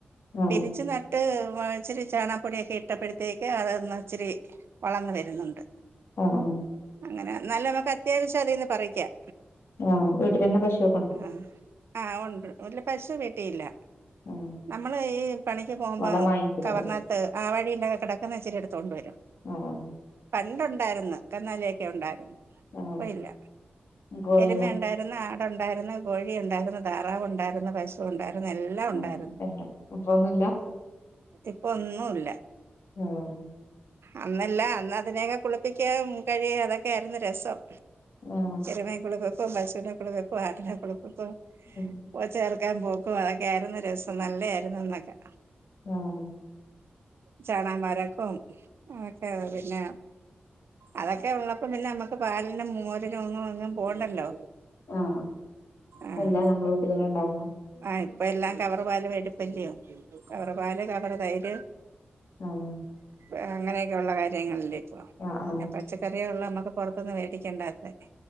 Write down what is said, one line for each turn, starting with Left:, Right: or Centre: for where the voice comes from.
Left: ആഹ്
Right: പിരിച്ചു ന ഇട്ട് വ ഇച്ചിരി ചാണകപ്പൊടിയൊക്കെ ഇട്ടപ്പഴത്തേക്ക് അതൊന്ന് ഇച്ചിരി വളന്ന് വരുന്നുണ്ട്
Left: ആഹ്- ആഹ്
Right: അങ്ങനെ നല്ല നമക്ക് അത്യാവശ്യം അതീന്ന് പറിയ്ക്കാം
Left: ആഹ് വീട്ടിലന്നെ പശു
Right: ആ- ആഹ് ഒണ്ട് ഓല്ല പശു വീട്ടിയില്ല
Left: ആഹ്
Right: നമ്മള് ഈ പണിക്ക് പോകുമ്പം
Left: വളം വാങ്ങിക്കണത്
Right: കവറിനാത് ട്ട് ആ വഴിയെല്ലാം കെടക്കുന്ന ഇച്ചിരി എടുത്തോണ്ട് വരും
Left: ഉം
Right: പണ്ടൊണ്ടായിരുന്ന് കന്നാലിയൊക്കെ ഒണ്ടായിരുന്ന്
Left: ആഹ്
Right: ഇപ്പ ഇല്ല
Left: കോഴിയോ
Right: എരുമ ഉണ്ടായിരുന്ന് ആടൊ ഒണ്ടായിരുന്ന് കോഴി ഒണ്ടായിരുന്ന് താറാവു ഒണ്ടായിരുന്ന് പശു ഇപ്പ ഒണ്ടായിരുന്ന് എല്ലാ ഒണ്ടായിരുന്ന്
Left: ആഹ് എല്ലാം ഇപ്പൊന്നുല്ല
Right: ഇപ്പൊ ഒന്നും ഇല്ല
Left: ആഹ്
Right: അന്നല്ല അന്നതിനെയൊക്കെ കുളിപ്പിക്കാം കഴിയ അതൊക്കെ ആയിരുന്നു രസം
Left: ആഹ്
Right: എരുമെ കുളിപ്പിപ്പ് പശൂനെ കുളിപ്പിപ്പ് ആടിനെ കുളിപ്പിപ്പ്
Left: ഉം
Right: പോച്ച അറ്ക്കാൻ പോക്കും ഓ അതൊക്കെ ആയിരുന്ന് രസം നല്ല ആയിരുന്നു അന്നൊക്കെ
Left: ആഹ്
Right: ചാണാം വാരക്കോം അതൊക്കെ വര്ന്ന് പിന്നെ അതൊക്കെ ഉള്ളപ്പോ പിന്നെ നമ്മുക്ക് പാലിനും മോരിനും ഒന്നും എങ്ങും പോണ്ടല്ലോ
Left: ആഹ്
Right: ആഹ്
Left: എല്ലാം നമ്മള വീട്ടിലന്നെ ഉണ്ടാക്കാം
Right: ആഹ് ഇപ്പ എല്ലാം കവറ് പാല് വേടിപ്പല്ലിയോ കവറ് പാല് കവറ് തൈര്
Left: ആഹ്
Right: പ അങ്ങനെയൊക്കേള്ള കാര്യങ്ങളല്ലേ ഇപ്പൊ
Left: ആഹ്
Right: പിന്നെ
Left: ആഹ്
Right: പച്ച ച്ചക്കറിയെ ഉള്ളൂ അമ്മക്ക് പൊറത്തൊന്ന് വേടിക്കേണ്ടാത്തെ